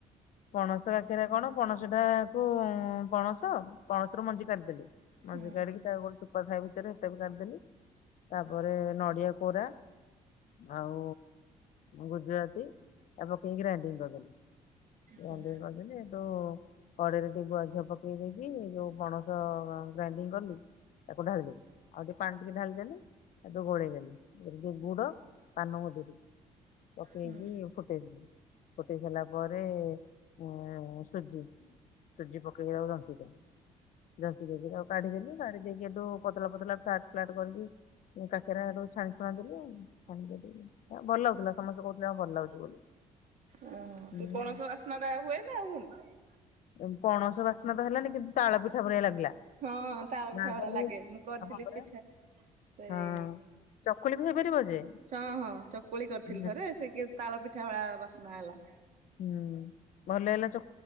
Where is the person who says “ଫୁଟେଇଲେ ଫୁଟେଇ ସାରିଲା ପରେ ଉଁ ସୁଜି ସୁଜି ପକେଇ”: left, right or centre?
Left